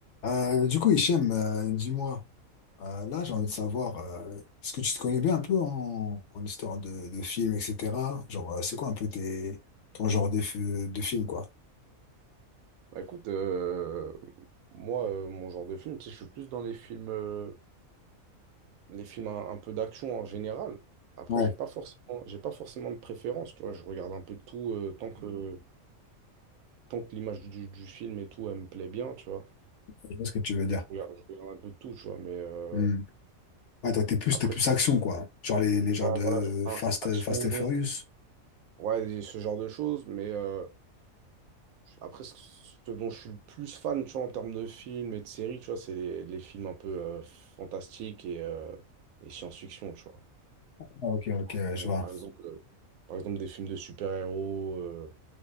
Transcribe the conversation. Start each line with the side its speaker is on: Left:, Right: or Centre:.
Left: Euh, du coup, Hichem, euh, dis-moi, euh, là j'ai envie de savoir, euh, est-ce que tu te connais bien un peu en, en histoire de, de films, etc. Genre, euh, c'est quoi un peu tes, ton genre de, fi- de film, quoi?
Right: Bah écoute, euh, moi, euh, mon genre de film, tu sais, je suis plus dans les films, euh, les films un, un peu d'action en général. Après,
Left: Ouais,
Right: j'ai pas forcément, j'ai pas forcément de préférence, tu vois. Je regarde un peu de tout euh, tant que, tant que l'image du, du film et tout, elle me plaît bien, tu vois.
Left: je vois ce que tu veux dire.
Right: Je regarde, je regarde un peu de tout, tu vois. Mais euh,
Left: Hmm. Ouais, toi, t'es plus,
Right: après,
Left: t'es plus
Right: je,
Left: action, quoi. Genre les, les genres
Right: ah,
Left: de
Right: voilà, je- ah,
Left: Fast,
Right: action,
Left: Fast and Furious.
Right: ouais, ce genre de choses. Mais euh, Après, ce ce dont je suis le plus fan, tu vois, en termes de films et de séries, tu vois, c'est les, les films un peu euh, fantastiques et, euh, et science-fiction, tu vois.
Left: Ah, ok,
Right: Tu
Left: ok,
Right: vois.
Left: ouais, je
Right: Bon,
Left: vois.
Right: par exemple, euh, par exemple, des films de super-héros euh,